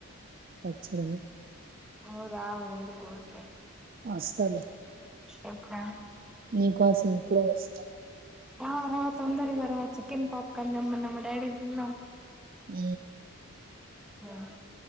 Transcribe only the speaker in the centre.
నువ్ రావ్ ఎందుకు ఊరికే
ఎప్పుడా
రా రా తొందరగా రా చికెన్ పాప్కన్ తెమ్మన్న మా డాడీ ని తిందాం
ఆ